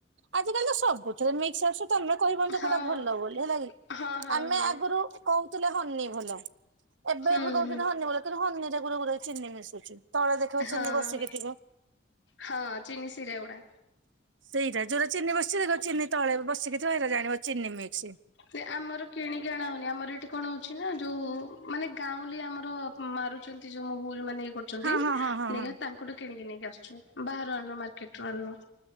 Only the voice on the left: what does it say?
ହଁ।
ହଁ ହଁ
ହଁ
ହୁଁ
ହୁଁ
ହଁ
ହଁ ଚିନି ସିରା ଗୁଡା।
ନାଇଁ ଆମର କିଣି କି ଅଣା ହଉନି ଆମର ଏଠି କଣ ହଉଛି ନା ଯୋଉ ମାନେ ଗାଉଁଲି ଆମର ମାରୁଛନ୍ତି ଯୋଉ ମହୁଲ୍ ମାନେ ଗୋ ଛନ୍ତି
ନେଇଘା
ତାଙ୍କଠୁ କିଣିକି ନେଇକି ଆସୁଛୁ ବାହାରୁ ଆଣନୁ ମାର୍କେଟରୁ ଆଣନୁ।